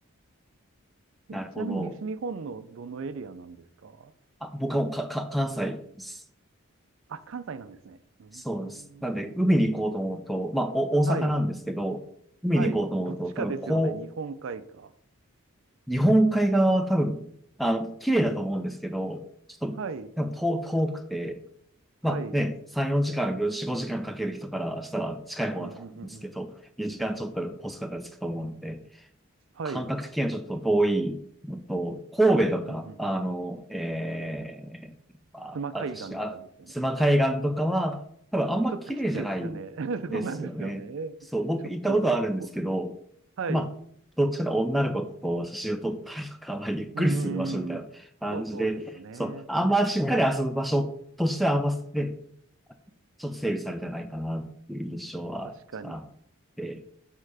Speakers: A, on the right; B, in the centre.
A: え、
B: なるほど。
A: ちなみに西日本のどのエリアなんですか
B: あ、僕はもうか、か、関西です。
A: あ、関西なんですね。うーん。
B: そうです。なんで、海に行こうと思うと、まあ、お、大阪なんですけど、
A: はい、
B: 海に行こうと思うと、
A: はい。どっちかですよね、
B: 多分、こ
A: 日本海か。
B: 日本海側は多分、あの、綺麗だと思うんですけど、ちょっと、
A: はい、
B: 多分遠、遠くて、
A: はい。
B: まあね、
A: うん
B: 3、4時間、4、5時間かける人からしたら近い方だと思うんですけど、
A: うんうんうん。
B: 2時間ちょっとコスかからつくと思うんで、
A: はい。
B: 感覚的にはちょっと遠いのと、
A: うん
B: 神戸とか、
A: うんうん。
B: あの、えー、まあ、
A: 妻海岸とかですよね。
B: あとし、あ、須磨海岸とかは、多分あんま綺麗じゃないですよね。
A: ちょっときついですよね。<laughs> そうなんですよね。
B: そう、僕行ったことはあるんですけど、
A: ちょっと、お、はい。
B: まあ、どっちかというと女の子と写真を撮ったりとか、まあ、ゆっくりする場所みたいな感じで、
A: うーん。そうですよね。
B: そう、あんましっかり遊ぶ場所としてはあんま、ね、ちょっと整備されてないかなっていう印象は、
A: 確かに。
B: ちょっとあって